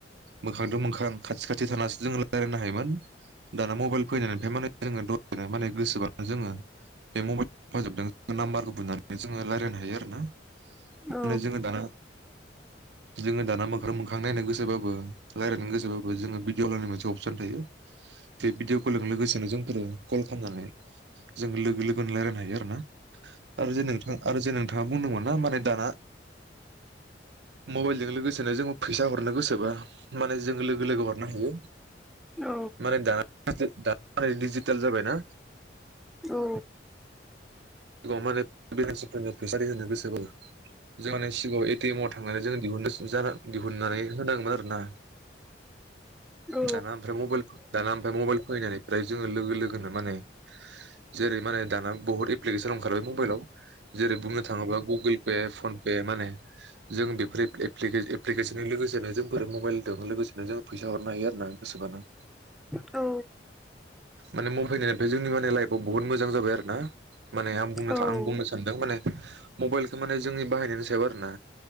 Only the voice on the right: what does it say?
मोखांजों मोखां खाथि-खाथि थानानैसो जोंङो रायजलायनो हायोमोन दाना मबाइल फैनायनिफ्राय माने जों दासेनो माने गोसोबा जोङो बे मबाइल फोजोबदों नाम्बारखौ बुंनानै जोङो रायज्लायनो हायो आरो ना
माने जोङो दाना जोङो दाना मोखां-मोखां नायनो गोसोबाबो रायलायनो गोसोबाबो जोङो भिडिअ लायनाय मोनसे अपसन थायो बे भिदिअ कललों लोगोसेनो जोंफोर कल <unintelligible> जों लोगो-लोगो रायलायनो हायो आरो ना आरो जे नोंथां आरो जे नोंथां आ बुंदोंमोन ना माने दाना मबाइलजों लोगोसेनो जों फैसा हर गोसोबा माने जों लोगो-लोगो हरनो हायो
माने दा <unintelligible> माने डिजिटेल जाबायना
<unintelligible> बे मानसिफोरनो फैसारि होनो गोसोबाबो <unintelligible> सिगाङाव एटिएम थांनानै जोंङो दिहुननो <unintelligible> दिहुननानै होनांगोन आरो ना
दाना ओमफ्राय मबाइल दाना ओफ्राय मबाइल फैनानै ओमफ्राय जोङो लोगो-लोगोनो माने जेरै माने दाना बहुत एप्लिकेसन ओंखारबाय मबाइलाव जेरै बुंनो थाङोबा गुगोल पे फन पे माने जों बेफोर एप्लि-एप्लि- एप्लिकेसनजों लोगोसेनो जोंफोर मबाइलदों लोगोसेनो जों फैसा हरनो हायो आरो ना गोसोबानो
माने मावफैनायनिफ्राय जोंनि माने लाइफआव बुहुत मोजां जाबाय आरो ना माने आं बुंनो
था आं बुंनो सानदों माने मबाइलखौ माने जोंनि बाहायनायनि सायाव आरोना